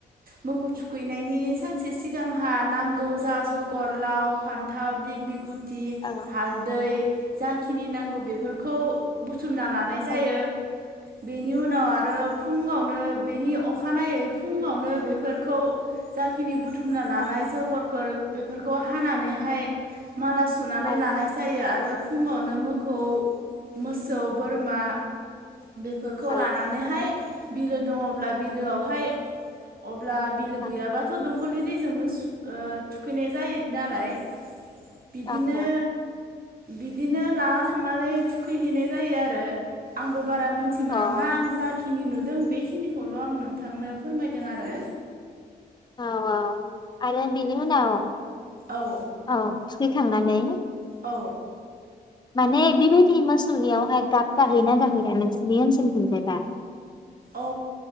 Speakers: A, on the right (about 50°); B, on the left (about 25°).
A: मोखौ थुखैनायनि सानसे सिगांहा नांगौ जा जगर लाव फान्थाव दिग्लि गु थि
B: ओ
A: हालदै जाखिनि नांगौ बेफोरखौ बुथुमना लानाय जायो
B: ओ
A: बेनि उनाव आरो फुङावनो बेनि अखानायै फुङावनो बेफोरखौ जाखिनि बु बुथुमना लानाय
B: ओ
A: जगरफोर बेफोरखौ हानानैहाय माला सुनानै
B: औ
A: लानाय जायो आरो फुङावनो मो खौ मोसौ बोरमा बेफोरखौ
B: औ
A: लानानैहाय बिलो दङब्ला बिलोआवहाय ब्ला बिलो गैाबाथ'
B: औ
A: दं फुख्लिनि दैजोंनो थुखैनाय जायो नालाय। बिदिनो
B: औ
A: बिदिनो लाना थांनानै थुखैहैनाय जायो आरो आंबो बारा मोनथि मोना
B: औ
A: नङा आं जाखिनि जों बेखिनिखौल' आं नोंथांनो फोरमायदों आरो
B: औ औ आरो बेनि उनाव
A: औ
B: औ थुखैखांनानै
A: औ
B: माने बेबायदि मोसौनियावहाय गाब गाहैयोना गाहैना नोंसोरनि ओनसोलथिंजायबा
A: अ